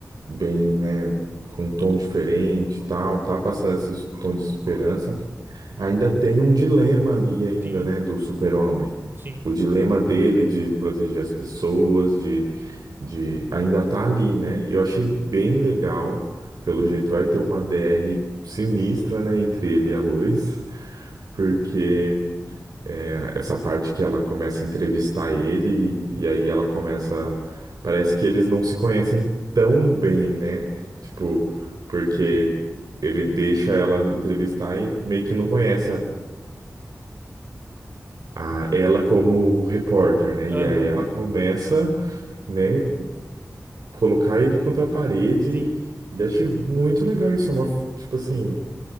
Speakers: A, on the right; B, on the right.
A: bem, né, com um tom diferente e tal, tá passando esse tom de esperança, Ainda tem um dilema ali ainda,
B: sim,
A: né, do super-homem.
B: sim,
A: O dilema dele de proteger as pessoas, de, de ainda tá ali, né? E Eu achei bem legal. Pelo jeito vai ter uma DR sinistra, né, entre ele e a Lois, porque é, essa parte que ela começa a entrevistar ele e aí ela começa, parece que eles não se conhecem tão bem, né? Tipo, porque ele deixa ela entrevistar e meio que não conhece a, a ela como repórter, né? E
B: aham,
A: aí ela começa, né, colocar ele contra a parede
B: sim,
A: e achei muito legal isso. É uma, f- tipo assim,